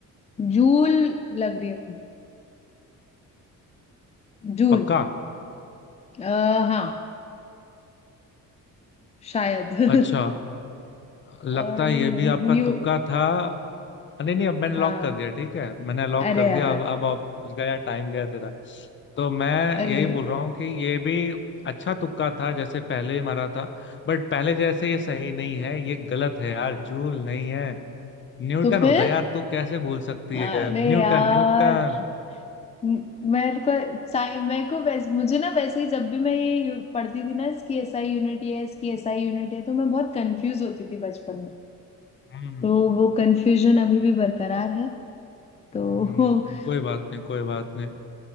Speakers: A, on the left; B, on the left.
A: जूल लग रही है मुझे जूल
B: पक्का
A: आ, हाँ शायद <laughs>
B: अच्छा लगता
A: अ,
B: है
A: नहीं
B: ये भी आपका
A: न्यू
B: तुक्का था अ, नहीं नहीं अब मैंने
A: हाँ
B: लॉक कर दिया ठीक है मैंने लॉक
A: अरे
B: कर दिया
A: यार
B: अब अब आप उसका यार टाइम गया तेरा तो मैं
A: अरे
B: यही बोल रहा हूँ कि ये भी अच्छा तुक्का था जैसे पहले ही मारा था बट पहले जैसे ये सही नहीं है ये गलत है यार जूल नहीं है न्यूटन
A: तो फिर
B: होता है यार तू कैसे भूल सकती
A: अरे
B: है न्यूटन
A: यार
B: न्यूटन
A: म- मेरे को साइ मेरे को वैस, मुझे ना वैसे ही जब भी मैं ये यू- पढ़ती थी ना इसकी एसआई यूनिट ये है, इसकी एसआई यूनिट है तो मैं बहुत कंफ्यूज होती थी बचपन में
B: हम्म
A: तो वो कंफ्यूजन अभी भी बरकरार है तो
B: हम्म, कोई
A: <laughs>
B: बात नहीं कोई बात नहीं